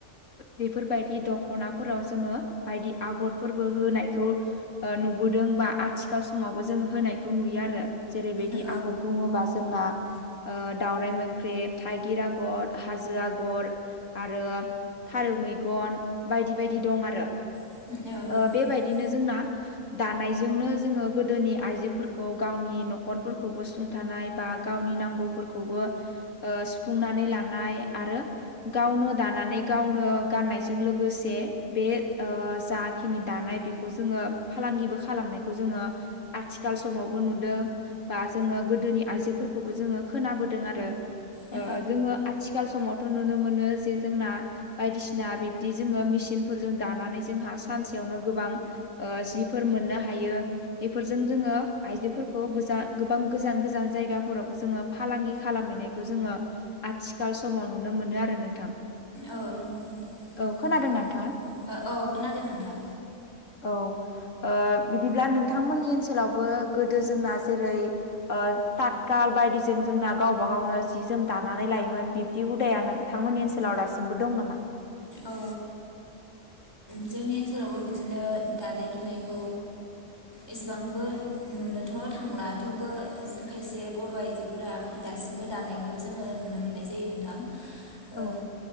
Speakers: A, on the left; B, on the left.
A: बेफोरबायदि दखनाफोराव जोङो बायदि आगरफोरबो होनायखौ। ओ नुबोदों बा आथिखाल समावबो जोंङो होनायखौ नुयो आरो। जेरैबायदि
B: औ
A: आगर बुङोबा जोंना। ओ दाावरराय मोख्रेब, थाइगिर आगर, हाजो आगर, आगर आरो फारौ मैगन बायदि बायदि दं आरो। ओ
B: औ नंगौ नोंथां
A: बेबायदिनो जोंना। दानायजोंनो जोङो गोदोनि आइजोफोरखौ गावनि न'खरफोरखौबो सुं थानाय बा गावनि नांगौफोरखौबो सुफुंनानै लानाय आरो। गावनो दानानै गावनो गाननायजों लोगोसे। बे ओ जाखिनि दानाय बेखौ जोङो फालांगिबो खालामनायखौ जोङो आथिखाल समावबो नुदों। बा जोङो गोदोनि आइजोफोरखौबो जोङो खोनाबोदों आरो।
B: औ
A: ओ जोङो आथिखाल समावथ' नुनो मोनो जे जोंना। बायदिसिना बिब्दि जोङो मेचिनफोरजों दानानै जोंहा सानसेयावनो गोबां। ओ जिफोर मोननो हायो। बेफोरजों जोङो आइजोफोरखौ गोजा गोबां गोजान गोजान जायगाफोरावबो जोङो। फालांगि खालामहैनायखौ जोङो आथिखाल समाव नुनो मोनो आरो नोंथां।
B: औ नंगौ नथां।
A: औ खोनादोंना नोंथाङा
B: औ खोनादों नोंथां।
A: औ ओ बिदिब्ला नोंथांमोननि ओनसोलावबो गोदो जोंना जेरै, ओ ततखाल बायदिजों जोंना गावबा गावनो जि जोम दानानै लायोमोन। बिदि हुदाया नोंथांमोननि ओनसोलाव दासिमबो दं नामा?
B: औ। जोंनि ओनसोलावबो बिदिनो दानाय लुनायखौ। एसेबांबो नुनोथ' थांला थेवबो खायसे बर' आइजोफोरा दासिमबो दानायखौ खौ जोङो नुनो मोननाय जायो नोंथां। ओ
A: औ